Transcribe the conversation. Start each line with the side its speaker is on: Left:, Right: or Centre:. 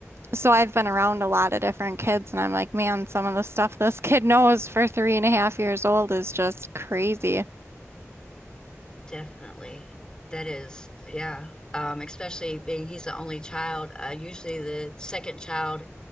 Right: So I've been around a lot of different kids, and I'm like, man, some of the stuff this kid knows for three and a half years old is just crazy.
Left: Definitely. That is, yeah. Um, especially being he's the only child. Uh, usually the second child